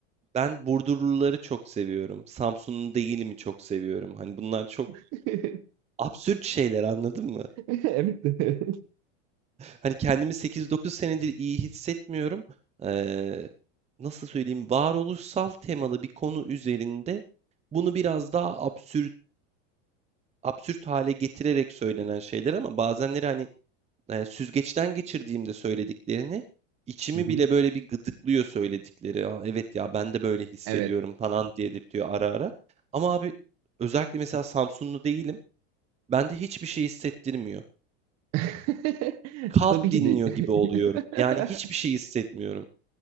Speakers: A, on the right; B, on the right.
A: Ben Burdurluları çok seviyorum. Samsunlu değilimi çok seviyorum. Hani bunlar çok
B: <laughs>
A: absürt şeyler anladın mı?
B: Evet. evet.
A: Hani kendimi 8-9 senedir iyi hissetmiyorum. Ee, nasıl söyleyeyim? Varoluşsal temalı bir konu üzerinde bunu biraz daha absürt absürt hale getirerek söylenen şeyler ama bazenleri hani, eee, süzgeçten geçirdiğimde söylediklerini, içimi
B: Hı hı.
A: bile böyle bir gıdıklıyor söyledikleri. "A, evet ya, ben de böyle hissediyorum."
B: Evet.
A: falan dedirtiyor ara ara. Ama abi özellikle mesela Samsunlu değilim. Bende hiçbir şey hissettirmiyor.
B: <laughs>
A: Kalt
B: Tabii ki
A: dinliyor
B: değil. <laughs>
A: gibi oluyorum. Yani hiçbir şey hissetmiyorum.